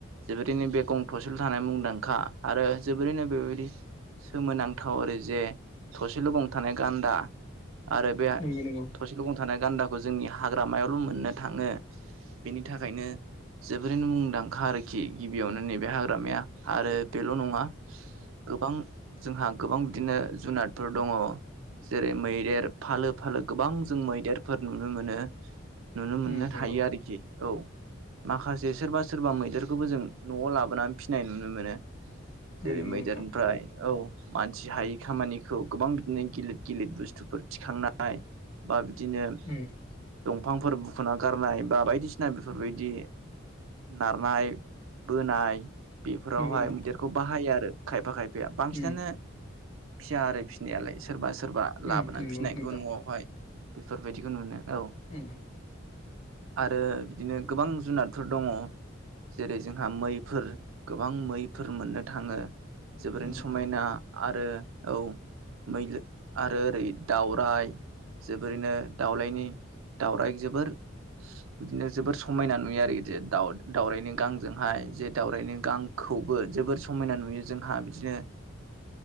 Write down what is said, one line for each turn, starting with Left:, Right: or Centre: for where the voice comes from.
Right: जोबोरैनो बे गं थ'से थानाय मुंदांखा आरो जोबोरैनो बेबायदि सोमोनांथाव आरो जे थसेल' गं थानाय गान्दा आरो बे
Left: नंगौ नंगौ
Right: थसे गं थानाय गान्दाखौ जोंनि हाग्रामायावल' मोननो थाङो। बेनि थाखायनो जोबोरैनो मुंदांखा आरोखि गिबियावनो नैबे हाग्रामाया आरो बेल' नङा गोबां जोंहा गोबां बिदिनो जुनादफोर दङ। जेरै मैदेर फालो फालो गोबां जों मैदेर फोर नुनो मोनो नुनो मोननो
Left: उम नंगौ
Right: हायो आरोखि औ। माखासे सोरबा सोरबा मैदेरखौबो जों न'आव लाबोनानै फिसिनाय नुनो मोनो। जेरै
Left: नंगौ
Right: मैदेरनिफ्राय
Left: नोंथां
Right: औ। मानसि हायै खामानिखौ गोबां बिदिनो गिलिर गिलिर बुस्थुफोर थिखांनाय बा बिदिनो
Left: उम।
Right: दंफांफोर बुखुना गारनाय बा बायदिसिना बेफोरबायदि नारनाय बोनाय बेफोरावहाय
Left: नंगौ नोंथां
Right: मैदेरखौ बाहायो आरो। खायफा खायफाया बांसिनानो
Left: उम
Right: फिया आरो फिनायालाय सोरबा सोरबा लाबोनानै
Left: उम नंगौ
Right: फिसिनायखौ
Left: नोंथां
Right: न'आवहाय बेफोरबायदिखौ नुनो औ।
Left: उम
Right: आरो बिदिनो गोबां जुनारफोर दङ। जेरै जोंहा मैफोर गोबां मैफोर मोननो थाङो जोबोरैनो
Left: उम नंगौ
Right: समायना आरो औ मै आरो ओरै दावराइ जोबोरैनो दाउलायनि दाउराय जोबोर बिदिनो जोबोर समायना नुयो आरो दाउ दाउरायनि गांजोंहाय जे दावरायनि गां खौबो जोबोर समायना नुयो जोंहा बिदिनो